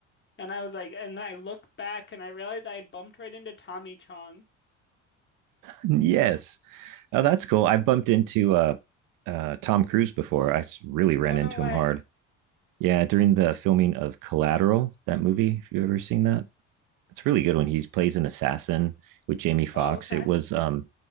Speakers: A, on the left (about 35°); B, on the right (about 65°).
A: And I was like, and then I looked back and I realized I had bumped right into Tommy Chong.
B: Yes. Oh, that's cool. I bumped into uh uh Tom Cruise before. I s- really ran
A: Oh
B: into
A: no way.
B: him hard. Yeah, during the filming of Collateral, that movie. If you ever seen that? It's really good when he plays an assassin with Jamie Foxx.
A: Oh, okay.
B: It was um,